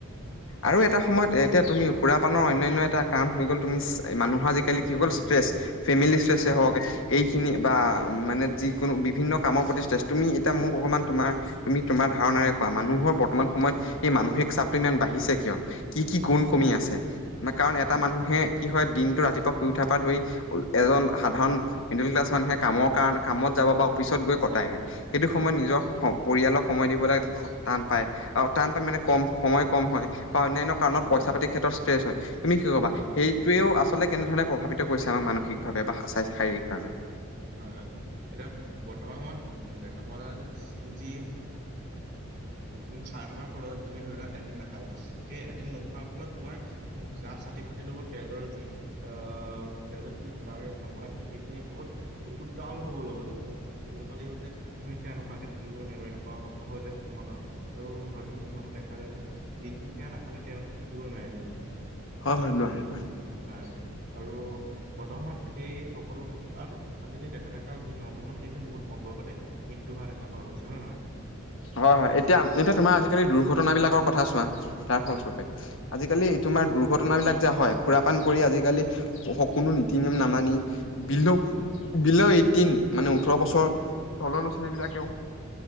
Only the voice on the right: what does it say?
হয়,
হয়,
হয়,
হয়,
হয়, হয়,
হয়,
হয়,
হয়,
হয়,
হয়,
হয় হয় এতিয়া বৰ্তমান সময়ত উম দেখা পোৱা যায় যে যি। উ খাই থকাৰ ফলত তুমি ধৰি লোৱা এদিন নাখালা, সেই এদিন নোখোৱাৰ ফলত তোমাৰ গা চাটি ফাটি লগত তেজৰ যি আহ তেজত যি তাৰ নমুনা থাকে সেইখিনি বহুত উতাল হব লগত এনেকুৱা লাগিব যে তুমি সেয়া নোখোৱাকে থাকিবই নোৱাৰিবা এনেকুৱা হৈ যায় কিছুমান, আৰু হয়তো কিছুমানৰ দেখা যায় যে দিনতটো সেয়া নাখালে তেওঁলোক থাকিবই নোৱাৰে দিনত।
হয় আৰু বৰ্তমানত সেই সকলো। আজিকালি ডকা ডেকা যি নগজনক সেইখিনি বহুত কম বয়সতে মৃত্যু হোৱা দেখা পোৱা গৈছে হয় নে নহয়?
হয় হয়
হয় হয়